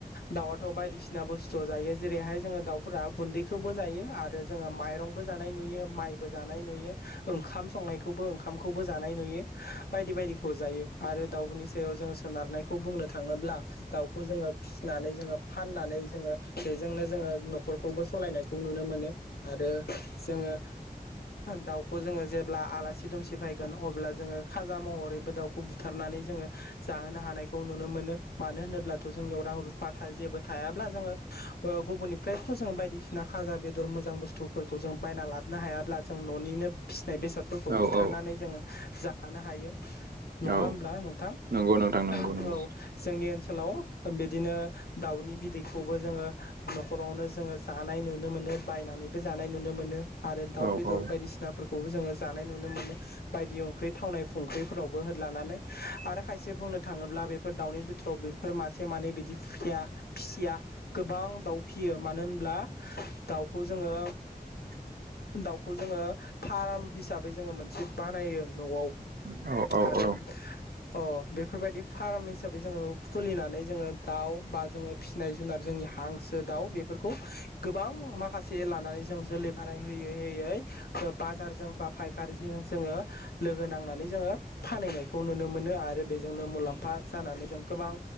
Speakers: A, on the left (about 90°); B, on the right (about 80°).
A: दाउ थ' बायदिसिना बुस्थु जायो जेरैहाय जोङो दाउफोरा गुन्दैखौबो जायो आरो जोङो माइरंबो जानाय नु यो मायबो जानाय नुयो ओंखाम संनायखौबो जानाय नुयो बायदि बायदि खौ जायो आरो दाउनि सायाव जोङो सोनारनायखौ बुंनो थाङोब्ला दाउखौ जोङो फिसिनानै जोङो फाननानै जोङो बेजोंनो जोङो न'खरखौबो सलायनायखौ नुनो मोनो। आरो जोङो दाउ खौ जोङो जेब्ला आलासि दुमसि फैगोन अब्ला जोङो खाजा महरै दाउखौ बुथारनानै जोङो जाहोनो हानायखौ नुनो मोनो मानो होनोब्लाथ' जोंनियाव रां रुफा जेबो थायाब्ला जोङो ओ गुबुननिफ्रायथ' जों बायदिसिना खाजा बेदर मोजां बुस्थुफोरखौ जों बायना लाबोनो हायाब्ला जों न'निनो फि बेसादफोरखौ
B: औ
A: बुथारनानै
B: औ
A: जोङो जानो हायो। नङा
B: औ
A: होनब्ला नोंथां
B: नंगौ नोंथां नंगौ
A: औ
B: नंगौ
A: जोंनि ओनसो लाव बिदिनो दाउनि बिदैखौबो जोङो न'खरावनो जोङो जानाय नुनो मोनो। बायनानैबो जानाय नुनो मोनो आरो दाउ
B: औ
A: बेदर
B: औ
A: बायदिसिनाफोरखौबो जोङो जानाय नुनो मोनो बायदि ओंख्रि थावनाय फंख्रि फोरावबो हो लानानै आरो खायसे बुंनो थाङोब्ला बेफोर दाउनि बिथोराव बेफोर मासे मानै बिदि फु फि फिसिया गोबां दाउ फिसियो मानो होनब्ला दाउखौ जोङो
B: <inaudible>
A: दाउखौ जोङो फार्म हिसाबै जोङो मो थ बानायो न'आव
B: औ औ
A: आरो
B: औ
A: अ बेफोरबायदि फार्म हिसाबै जोङो खुलिनानै जोङो दाउ बा जोङो फिसिनाय जुनार जोंनि हां सो, दाउ बेफोरखौ गोबां माखासे लानानै जों जोलै बाराय होयै होयै बाजारजों बा फायखारिजों जोङो लोगो नांनानै जोङो फाननायखौ नुनो मोनो आरो बेजोंनो मुलाम्फा जानानै जों गोबां